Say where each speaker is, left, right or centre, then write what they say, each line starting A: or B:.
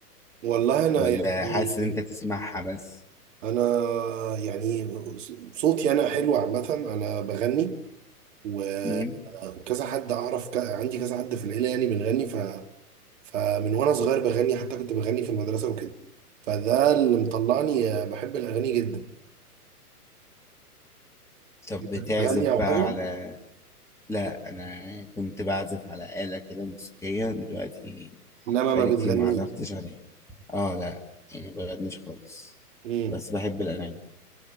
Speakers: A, on the right; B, in the centre.
A: والله انا
B: ولا
A: يعني
B: حاسس إن أنت تسمعها بس؟
A: انا يعني صوتي انا حلو عامه انا بغني و-
B: مم؟
A: وكذا حد اعرف ك... عندي كذا حد في العيله يعني بنغني ف... فمن وانا صغير بغني حتى كنت بغني في المدرسه وكده فده اللي مطلعني بحب الاغاني جدا
B: طب
A: انت
B: بتعزف
A: بتغني او
B: بقى
A: حاجه
B: على لا أنا كنت بعزف على آلة كده موسيقية دلوقتي
A: انما
B: بقالي
A: ما بتغنيش
B: كتير ما عزفتش عليها آه لا يعني مبغنيش خالص
A: امم
B: بس بحب الأغاني